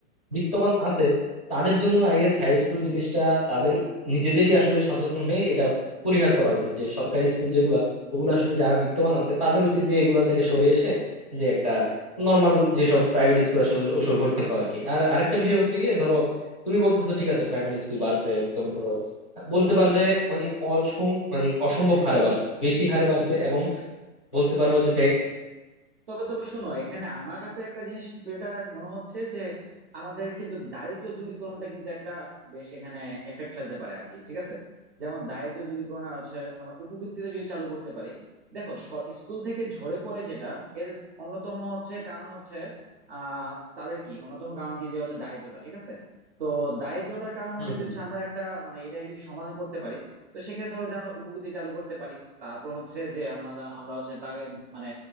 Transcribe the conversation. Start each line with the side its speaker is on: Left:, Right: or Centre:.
Left: বিত্তবান আছে তাদের জন্য আই গেস হাই স্কুল জিনিসটা তাদের নিজেদেরই আসলে সচেতন হয়ে এটা পরিহার করা উচিত যে সরকারি স্কুল যেগুলা ওগুলো আসলে যারা বিত্তবান আছে তাদের উচিত যে এগুলা থেকে সরে এসে যে একটা নর্মাল যেসব প্রাইভেট স্কুল আছে ও- ওসব ভর্তি হওয়া আর কি আর আরেকটা বিষয় হচ্ছে কি ধরো তুমি বলতেছো ঠিক আছে প্রাইমারি স্কুল বাড়ছে একদম ধরো বলতে পারো যে মানে অসং মানে অসম্ভব হারে বাড়ছে বেশি হারে বাড়ছে এবং বলতে পারো যে ব্যাংক
Right: তবে তবে শোনো এখানে আমার কাছে একটা জিনিস এটা মনে হচ্ছে যে আমাদের কিন্তু দারিদ্র দূরীকরণটা কিন্তু একটা বেশ এখানে এফেক্ট ফেলতে পারে আর কি ঠিক আছে যেমন দারিদ্র দূরীকরণ আর হচ্ছে আমরা উপবৃত্তিটা যদি চালু করতে পারি দেখো স- স্কুল থেকে ঝরে পড়ে যেটা এর অন্যতম হচ্ছে কারণ হচ্ছে আহ তাদের কি অন্যতম কারণ কি যে হচ্ছে দারিদ্রতা ঠিক আছে তো দারিদ্রতার কারণে
Left: হুম
Right: যদি
Left: হুম
Right: হচ্ছে
Left: হুম।
Right: আমরা একটা মানে এটা যদি সমাধান করতে পারি তো সেক্ষেত্রে ধরো যে আমরা উপবৃত্তি চালু করতে পারি তারপর হচ্ছে যে আমরা আমরা হচ্ছে তাকে মানে